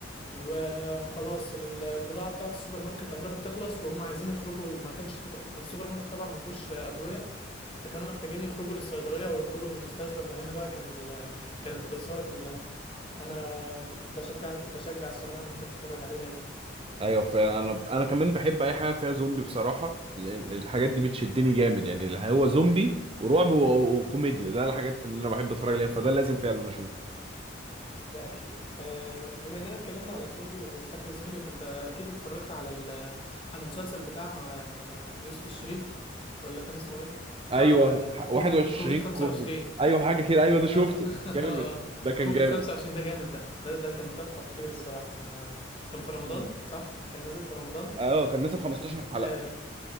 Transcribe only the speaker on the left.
وخلاص ال- البضاعة بتاعة السوبر ماركت قربت تخلص وهم عايزين يخرجوا ما كانش في- السوبر ماركت طبعا ما فيهوش آه، أدوية فكانوا محتاجين يخرجوا للصيدلية ويخرجوا للمستشفى فهنا بقى كان ال- كانت الإثارة كلها انا بشجعك بشجع الصراحه ان انت تتفرج عليه لازم
اه
ده اكيد آه، بما اننا اتكلمنا على الزومبي وبتحب الزومبي فانت اكيد اتفرجت على ال... على مسلسل بتاع آه، يوسف الشريف ولا كان اسمه ايه
بتاع آه،
كوفيد
كوفيد 25
آه، <laughs>
آه،
كوفيد
25 ده جامد ده ده ده كان تحفة خطير الصراحة انا كان في رمضان
صح كان نازل في رمضان
آه،